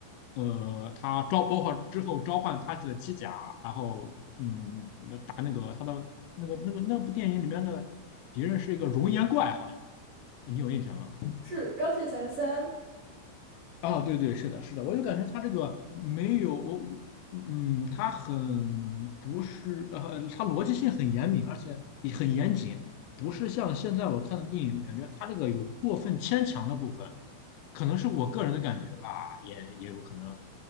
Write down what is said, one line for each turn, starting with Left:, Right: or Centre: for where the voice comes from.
Left: 呃，它召包括之后召唤它的机甲，然后嗯，打那个它的那个那个那部电影里面的敌人是一个熔岩怪，好像你有印象吗？
Right: 是钢铁侠三，
Left: 哦，对对，是的，是的，我就感觉他这个没有，我嗯，他很不是，呃，他逻辑性很严密，而且也很严谨，不是像现在我看的电影，感觉他这个有过分牵强的部分，可能是我个人的感觉吧，也也有可能，